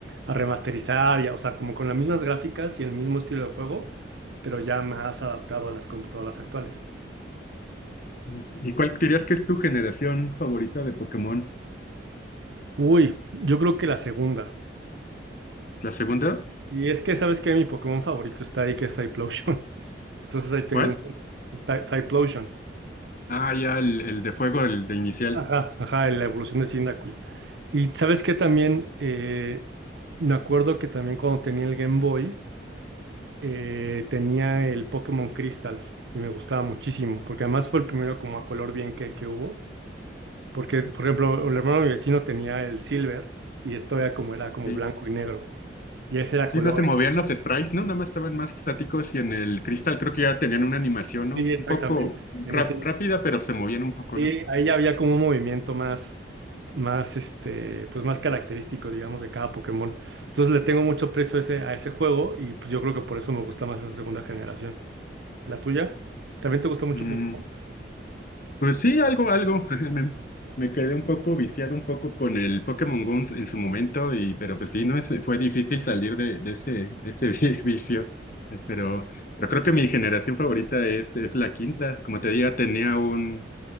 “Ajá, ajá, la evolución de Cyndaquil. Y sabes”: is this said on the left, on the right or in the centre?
Right